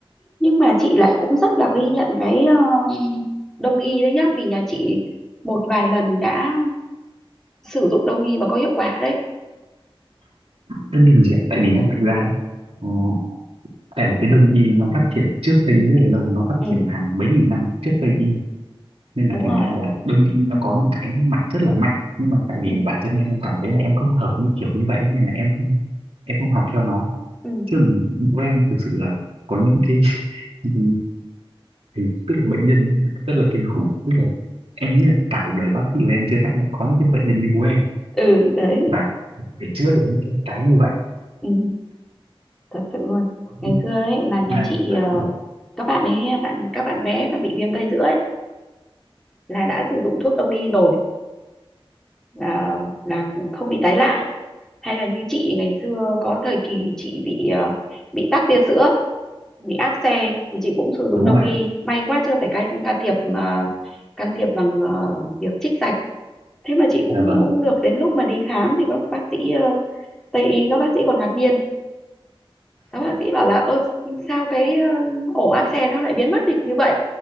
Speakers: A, in the centre; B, on the right (about 80°).
A: nhưng mà chị lại cũng rất là ghi nhận cái ờ, đông y đấy nhá vì nhà chị một vài lần đã sử dụng đông y và có hiệu quả đấy
B: tất nhiên là chị ạ, tại vì nhá,
A: ừ
B: thực ra nhá, ờ, tại vì cái đông y nó phát triển trước tây y rất là lâu nó phát
A: ừ
B: triển hàng mấy nghìn năm trước tây y nên là
A: đúng
B: thành
A: rồi
B: ra là đông y nó có những cái mặt rất là mạnh nhưng mà tại vì
A: ừ
B: bản thân em em cảm thấy là em không hợp với kiểu như vậy nên là em không em không học theo nó
A: ừ
B: chứ bố em thực sự là có những cái <laughs> hình- tức là bệnh nhân rất là kinh khủng tức là em nghĩ là cả cuộc đời bác sĩ của em chưa chắc đã có những cái bệnh nhân như bố em
A: ừ đấy
B: và để chữa được những cái cái như vậy
A: ừ thật sự luôn
B: Nhưng
A: ngày xưa ấy là nhà
B: mà-
A: chị ờ,
B: dạ,
A: các bạn ấy bạn các bạn bé mà bị viêm tay giữa ấy là đã sử dụng thuốc đông y rồi à, là không bị tái lại hay là như chị ngày xưa có thời kỳ chị bị à, bị tắc tia sữa bị áp xe thì chị cũng sử dụng
B: đúng
A: đông
B: rồi
A: y may quá chưa phải can, can thiệp mà can thiệp bằng à, việc trích dạch thế mà chị cũng
B: dạ vâng
A: cũng được đến lúc mà đi khám thì các bác sĩ ờ, Tây y các bác sĩ còn ngạc nhiên các bác sĩ bảo là ơ sao cái ờ, ổ áp xe nó lại biến mất được như vậy